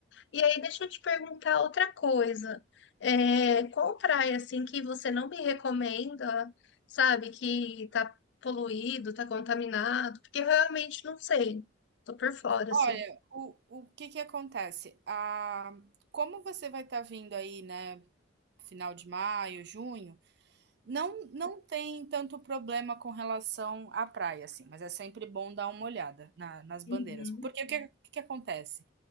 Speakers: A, on the left; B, on the right.
A: E aí, deixa eu te perguntar outra coisa. É, qual praia, assim, que você não me recomenda, sabe, que tá poluído, tá contaminado? Porque eu realmente não sei. Tô por fora,
B: Olha,
A: assim.
B: o, o que que acontece? Ah, como você vai estar vindo aí, né? Final de maio, junho, Não não tem tanto problema com relação à praia, assim, mas é sempre bom dar uma olhada na nas
A: Uhum.
B: bandeiras, porque o que o que que acontece?